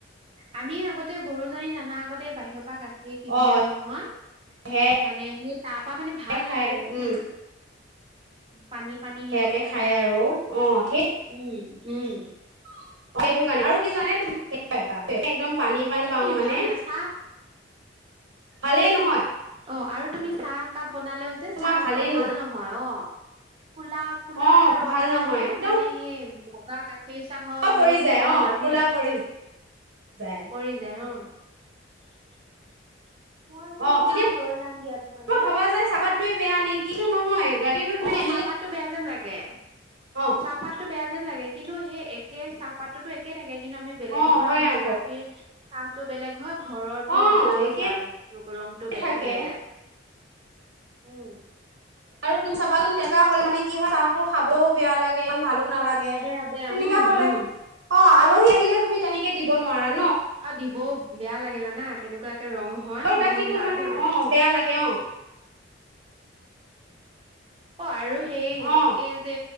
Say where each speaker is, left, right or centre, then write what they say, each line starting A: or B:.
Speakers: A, on the right; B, on the right.
A: আমি আগতে গৰুজনী দানা আগতে বাহিয়প পা গাখীৰ কিনি
B: অ
A: আনো নহয়
B: সেয়াই
A: মানে সিট- তাৰপা মানে ভাল
B: খাই
A: নালাগে জানা?
B: উম
A: পানী পানী
B: সেয়াকে খাই আৰু অ সে
A: উম উম।
B: অ সেইটো কাৰণে আৰু কি জানানে- একদম পানী, পানী পাওঁ মানে।
A: ভাল না চাহ
B: ভালেই ন
A: অ' আৰু তুমি চাহ একাপ বনালেও যে
B: তোমাৰ
A: চাহটো
B: ভালেই
A: ভাল নহয় অ। ক'লো, ক'লো
B: অ
A: এটা ৰং
B: ভাল
A: এটা
B: নহয়
A: আহে
B: একদম
A: মানে সেই বগা গাখীৰ চাহৰ
B: ক'লা পৰি
A: সেইটো
B: যায়
A: অ নাহে।
B: ক'লা পৰি যায়
A: পৰি যায় অ। <unintelligible> মই যদি
B: অ কেতিয়াবা
A: যাওঁ লৈ যাম দিয়া তোমালে,
B: ভাবা যায় চাহপাতটোৱে
A: চু
B: বেয়া
A: চু
B: নেকি কিন্তু নহয়
A: চু
B: গাখীৰটো তুমি
A: অ
B: আহিলে
A: চাহপাতটো বেয়া যেন লাগে।
B: অ
A: চাহপাতটো বেয়া যে যেন লাগে কিন্তু সেই একে চাহপাততোটো একে থাকে। কিন্তু আমি বেলেগৰ
B: অ
A: পৰা
B: হয়
A: আনা
B: আকৌ
A: গাখীৰ চাহটো বেলেগ হয় ঘৰৰটো
B: অ
A: বনালেও
B: একে
A: চাহৰ ৰংটো বেলেগ
B: থাকে
A: হৈ যায়। উম।
B: আৰু তুমি চাবাচোন তেনেকুৱা হ'ল মানে কি হয় চাহতো খাবও বেয়া লাগে। ভালো নালাগে
A: বেয়া বেয়া
B: তেনেকুৱা
A: উম
B: হ'লে,
A: উম
B: অ আলহী আহিলেও তুমি তেনেকে- দিব নোৱাৰাত-
A: আৰু দিবও বেয়া লাগে জানা, কেনেকুৱা কে ৰং হয়
B: ঘৰৰ গাখীৰটো
A: বহুত লাজহে
B: মানে
A: লাগে।
B: অ বেয়া লাগে অ
A: অ আৰু সেই
B: অ
A: এই যে